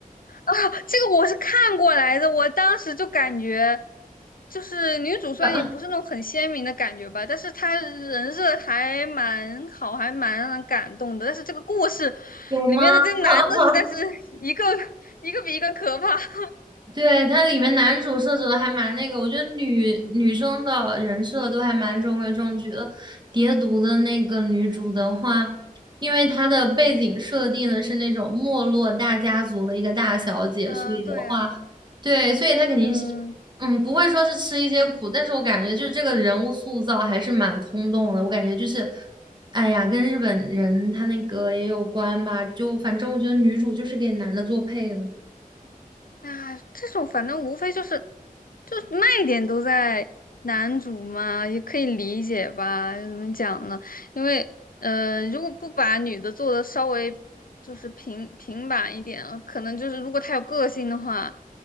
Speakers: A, on the left; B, on the right.
A: 啊。这个我是看过来的，我当时就感觉，就是女主虽然也不是那种很鲜明的感觉吧，
B: <laughs>
A: 但是她人设还蛮好，还蛮让人感动的。但是这个故事
B: 有吗？
A: 里面的这男的实在是
B: <laughs>
A: <laughs> 一个一个比一个可怕。<laughs>
B: 对，它里面男主设置的还蛮那个，我觉得女女生的人设都还蛮中规中矩的。蝶毒的那个女主的话，因为她的背景设定的是那种没落大家族的一个大小姐，
A: 嗯，
B: 所以的话，
A: 对啊，
B: 对，所以她肯定是，
A: 嗯。
B: 嗯，不会说是吃一些苦，但是我感觉就是这个人物塑造还是蛮空洞的，我感觉就是，哎呀，跟日本人他那个也有关吧，就反正我觉得女主就是给男的做配的。
A: 啊，这种反正无非就是，就是卖点都在男主嘛，也可以理解吧？怎么讲呢？因为呃，如果不把女的做的稍微就是平平板一点，可能就是如果她有个性的话，